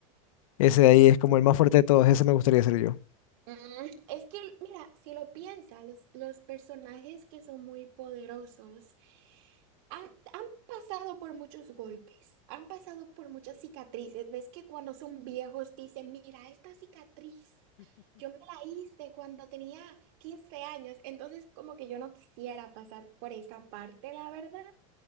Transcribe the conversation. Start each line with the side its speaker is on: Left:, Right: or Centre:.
Left: Ese de ahí es como el más fuerte de todos, ese me gustaría ser yo.
Right: Mm, es que, mira, si lo piensas, los, los personajes que son muy poderosos han, han pasado por muchos golpes, han pasado por muchas cicatrices. Ves que cuando son viejos dicen, mira, esta cicatriz, yo me la hice cuando tenía 15 años, entonces como que yo no quisiera pasar por esa parte, la verdad.